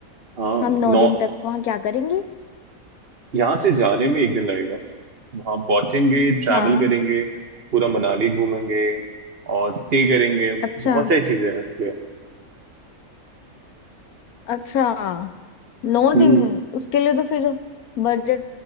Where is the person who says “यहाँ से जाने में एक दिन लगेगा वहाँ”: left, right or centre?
Right